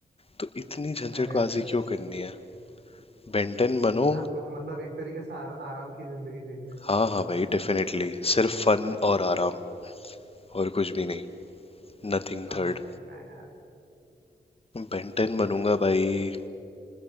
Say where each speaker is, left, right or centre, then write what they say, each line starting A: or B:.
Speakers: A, on the left (about 35°); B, on the right (about 85°).
A: तो इतनी झंझटबाजी
B: अरे अरे अरे
A: क्यों करनी है बेंटन बनो
B: आपको मतलब एक तरीके से आर, आराम की जिंदगी चाहिए
A: हाँ हाँ भाई
B: नहीं
A: डेफिनेटली
B: <laughs>
A: सिर्फ फन और आराम और कुछ भी नहीं नथिंग
B: समझ
A: थर्ड
B: सकते हैं यार
A: बेंटन बनूंगा भाई